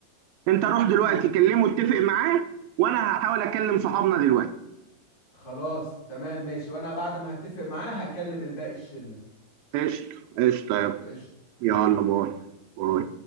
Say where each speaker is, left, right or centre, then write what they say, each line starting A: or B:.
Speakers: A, on the right; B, on the left.
A: انت روح دلوقتي
B: امم
A: كلمه اتفق معاه وانا هحاول اكلم صحابنا دلوقتي
B: خلاص تمام ماشي وانا بعد ما هتفق معاه هكلم الباقي الشلة
A: قشطة قشطة يا ابني.
B: قشطة
A: يلا باي باي